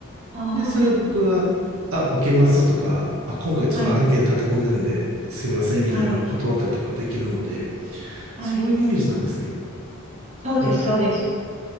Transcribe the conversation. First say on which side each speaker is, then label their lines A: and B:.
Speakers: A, on the right (about 30°); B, on the right (about 70°).
A: あ
B: で、それを僕が、あ、受けますとか、あ、今回ちょっと案件立て込んでるんで、
A: あ、はい、
B: すいませんみたいなのを断ったりとかできるので、
A: はい、はい。
B: そういうイメージなんですね。
A: そうです、
B: はいはい。
A: そうです。